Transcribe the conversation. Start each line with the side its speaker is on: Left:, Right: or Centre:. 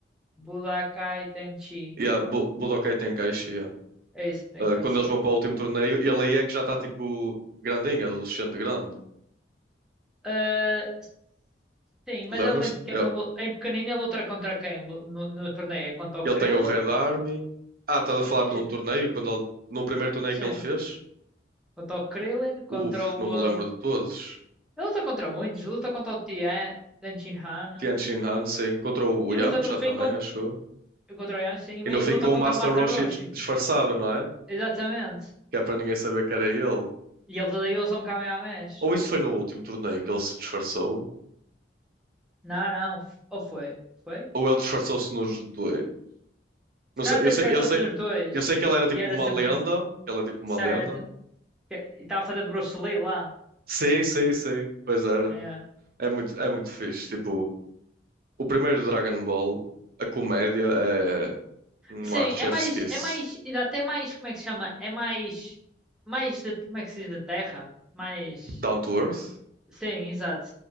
Centre: Budokai Tenchi.
Right: Yeah, Bu- Budokai Tenkaichi. yeah.
Centre: É esse, Tenkaichi.
Right: Uh, quando eles vão para o último torneio, ele aí é que já está tipo grandinho, adolescente grande.
Centre: Ah, sim, mas
Right: Lembras-te?
Centre: ele em pequeno,
Right: Ele,
Centre: lu- em pequenino ele luta contra quem lu- no, no torneio? É contra o
Right: ele
Centre: Krillin?
Right: tem o Red Army. Ah, estás a falar
Centre: <laughs>
Right: de um torneio? Quando ele, no primeiro torneio
Centre: Sim,
Right: que ele fez?
Centre: contra o Krillin, contra
Right: Uf,
Centre: o...
Right: não me
Centre: ah,
Right: lembro de todos.
Centre: Ele luta contra muitos, ele luta contra o Tien, Tenchin Hana.
Right: Tianjin Hansen contra o
Centre: Ele
Right: Yamcha
Centre: luta no fim
Right: também,
Centre: contra,
Right: acho eu.
Centre: contra o Yamcha mas
Right: E no
Centre: ele
Right: fim
Centre: luta
Right: com
Centre: contra
Right: o Master
Centre: o Master
Right: Roshi
Centre: Roshi.
Right: dis- disfarçado, não é?
Centre: Exatamente.
Right: Que é para ninguém saber que era ele.
Centre: E eles daí usam Kamehamehas.
Right: Ou isso foi no último torneio que ele se disfarçou?
Centre: Não, não, f- ou foi? Foi?
Right: Ou ele disfarçou-se nos dois? Não
Centre: Esse cara
Right: sei,
Centre: até
Right: eu sei,
Centre: disfarçou-se
Right: eu sei,
Centre: nos dois.
Right: eu sei que ele era tipo
Centre: E era
Right: uma
Centre: sempre.
Right: lenda, que ele é tipo uma
Centre: certo.
Right: lenda,
Centre: Que- E estava a fazer de Bruce Lee lá.
Right: Sim, sim, sim. Pois era.
Centre: É.
Right: É muito, é muito fixe. Tipo, o primeiro Dragon Ball, a comédia é. Mua,
Centre: Sim,
Right: Chef's
Centre: é mais,
Right: Kiss.
Centre: é mais, e dá até mais, como é que se chama? É mais, mais, de, como é que se diz, da terra? Mais,
Right: Down to Earth?
Centre: sim, exato.